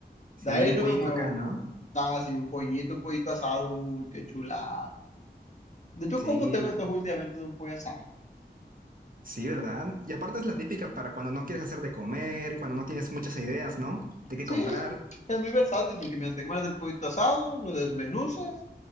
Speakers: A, on the right (about 55°); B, on the left (about 40°).
A: Sí,
B: De ahí
A: un
B: no
A: pollito
B: me muevo.
A: acá, ¿no?
B: Ah, sí, un pollito, un pollito asado. Uy, qué chulada. De hecho,
A: Sí,
B: ¿cómo tengo
A: la,
B: antojo últimamente de un pollo asado?
A: sí, ¿verdad? Y aparte es la típica para cuando no quieres hacer de comer, cuando no tienes muchas ideas, ¿no? De qué
B: Sí,
A: comprar.
B: es muy versátil porque mientras te comes el pollito asado, lo desmenuzas